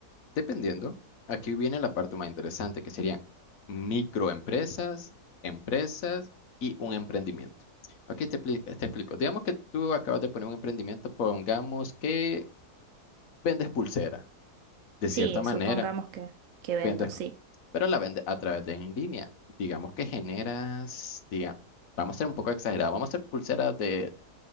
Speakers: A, on the left; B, on the right.
A: Dependiendo, aquí viene la parte más interesante, que serían microempresas, empresas y un emprendimiento. aquí te, pli- te explico. Digamos que tú acabas de poner un emprendimiento, pongamos que vendes pulsera. De cierta
B: Sí,
A: manera,
B: supongamos que, que vendo,
A: vendes,
B: sí.
A: pro- pero la vendes a través de en línea. Digamos que generas, diga, vamos a ser un poco exagerados, vamos a hacer pulseras de,